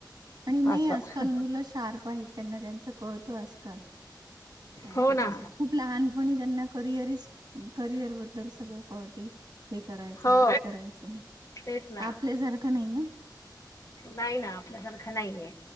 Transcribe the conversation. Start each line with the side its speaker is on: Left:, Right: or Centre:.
Right: आणि नाही
Left: असं
Right: आजकाल मुलं शार्प आहेत. त्यांना त्यांचं कळतं आजकाल. काय
Left: हो
Right: करायचं?
Left: ना
Right: खूप लहानपणी त्यांना करिअरीस्ट करिअर बद्दल सगळं कळते. हे करायचंय.
Left: हो
Right: ते करायचंय.
Left: तेच ना
Right: आपल्यासारखं नाही ना?
Left: नाही ना. आपल्यासारखं नाहीए.